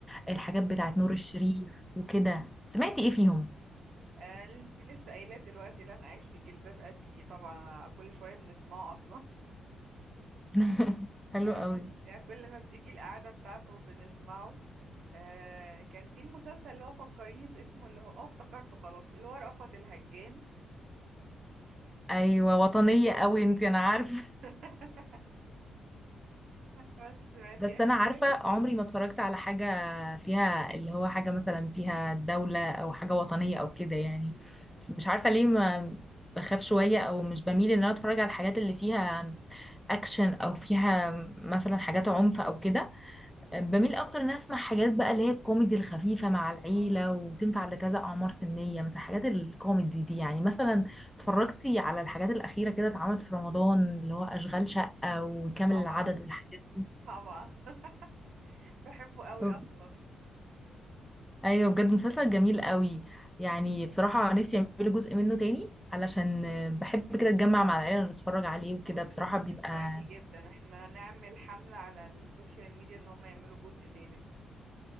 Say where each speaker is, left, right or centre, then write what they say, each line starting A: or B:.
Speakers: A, in the centre; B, on the right.
A: الحاجات
B: ايوه
A: بتاعت
B: طبعا
A: نور الشريف وكده سمعتي ايه فيهم؟
B: آه، انتي لسه قايلة دلوقتي لن اعيش في جلباب ابي طبعا آه، كل شوية بنسمعه اصلا
A: <laughs> حلو
B: آه،
A: قوي
B: بس يعني كل ما بتيجي القعدة بتاعته بنسمعه آه كان في المسلسل اللي هو فكريني باسمه اللي هو اه افتكرته خلاص اللي هو رأفت الهجان
A: ايوه وطنية قوي انتي انا عارفة
B: <laughs> بس سمعتي
A: بس
B: قبل
A: انا عارفة
B: كده
A: عمري ما اتفرجت على حاجة فيها اللي هو حاجة مثلا فيها دولة او حاجة وطنية او كده يعني
B: مم،
A: مش عارفة ليه ما بخاف شوية او مش بميل ان انا اتفرج على الحاجات اللي فيها اكشن او فيها مثلا حاجات عنف او كده
B: مم.
A: بميل اكتر ان انا اسمع حاجات بقى اللي هي الكوميدي الخفيفة مع العيلة
B: اه
A: وتنفع لكذا اعمار سنية مثلا حاجات الكوميدي دي يعني مثلا اتفرجتي على الحاجات الاخيرة كده اتعملت في رمضان اللي هو اشغال شقة وكامل
B: طبعا
A: العدد والحاجات
B: طبعا <laughs> بحبه قوي اصلا
A: دي؟ ايوه بجد مسلسل جميل قوي يعني بصراحه نفسي يعملوا جزء منه تاني علشان بحب كده اتجمع مع العيله ونتفرج عليه وكده
B: آه، بصي
A: بصراحه
B: بتفق
A: بيبقى
B: معاكي جدا احنا نعمل حملة على السوشيال ميديا ان هم يعملوا جزء تالت